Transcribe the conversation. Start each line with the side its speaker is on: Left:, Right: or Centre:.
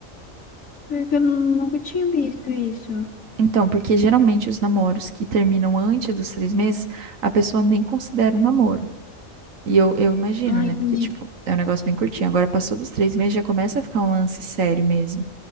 Left: Porque eu nu- nunca tinha visto isso.
Right: Então, porque geralmente os namoros que terminam antes dos três meses, a pessoa nem considera um namoro. E eu, eu imagino,
Left: Ah,
Right: né?
Left: entendi.
Right: Porque, tipo, é um negócio bem curtinho. Agora passou dos três meses, já começa a ficar um lance sério mesmo.